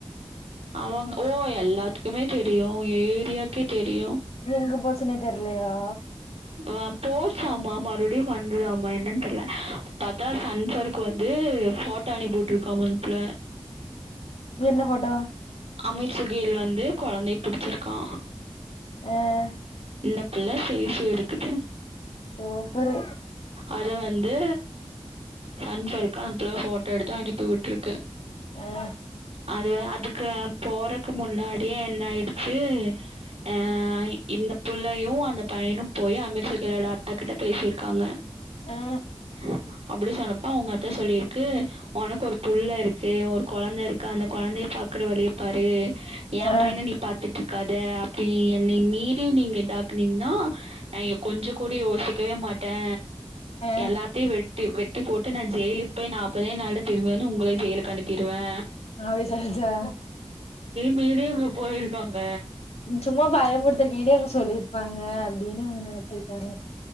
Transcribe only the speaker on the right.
அவங்க ஓ எல்லாத்துக்குமே தெரியு ஏரியாக்கே தெரியு
ஆ போச்சாமா மறுபடியு வந்ததாமமா என்னன்னு தெரியல பாத்தா சன்பர் கு வந்து போட் தணி போட்டிருக்காம மனுப்புல
அமீர் சுுகீழ் வந்து குழந்தை புடிச்சிருக்கா
இந்த பிள்ள சரிசூ எடுக்குது
அது வந்து சன்ஃர்க் கணப்புல போட்டோ எடுத்து அனுப்பி விட் ட்ருக்கு
அது அதுக்கு போறக்கு முன்னாடியே என்ன ஆயிடுச்சு அஹ் இந்த பிள்ளையு அந்த பையனு போய் அமீத்ஷ கிழோட அத்தா கிட்ட பேசிரு காங்க
ஹ அப்படி சொன்னப்பா உங்க அத்த சொல்லிருக்கு உனக்கு ஒரு புல் இருக்கு ஒரு கொழந்தை இருக்கு அந்த குழந்தைய பாக்குற வழிய பாரு ஏ
பையனை நீ பாத்துட்ருக்காத அப்படி என்ன மீறி நீங்க இதாக்குனீங்கன்னா நான்ங்க கொஞ்ச கூடி யோசிக்கவே மா ஆ
எல்லாத்தையு வெட் வெட்டி போட்டு நா ஜெயிலுக்கு போய் நாற்பதே நாளல திரும்பி வந்து உங்கள ஜெயிலுக்கு அனுப்பிருவே
வீடியோக்குள்ள போயிருக்காங்க